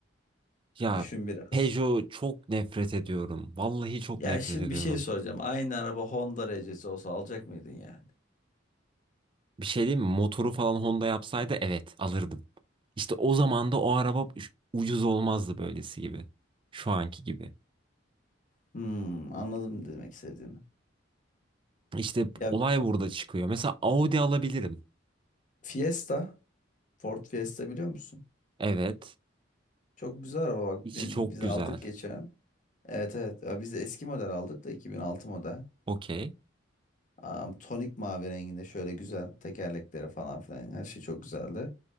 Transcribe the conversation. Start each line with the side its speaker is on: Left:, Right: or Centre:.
Right: Ya
Left: Düşün biraz.
Right: Peugeot çok nefret ediyorum. Vallahi çok
Left: Ya
Right: nefret
Left: şimdi
Right: ediyorum.
Left: bir şey soracağım. Aynı araba Honda RC'si olsa alacak mıydın yani?
Right: Bir şey diyeyim mi? Motoru falan Honda yapsaydı evet alırdım. İşte o zaman da o araba uş- ucuz olmazdı böylesi gibi. Şu anki gibi.
Left: Hmm, anladım demek istediğini.
Right: İşte
Left: Ya
Right: olay burada çıkıyor. Mesela Audi alabilirim.
Left: Fiesta, Ford Fiesta biliyor musun?
Right: Evet.
Left: Çok güzel araba bak
Right: İçi
Left: bi-
Right: çok
Left: biz
Right: güzel.
Left: aldık geçen. Evet evet Ya biz de eski model aldık da 2006 model.
Right: Okey.
Left: Am, tonik mavi renginde şöyle güzel tekerlekleri falan filan her şey çok güzeldi.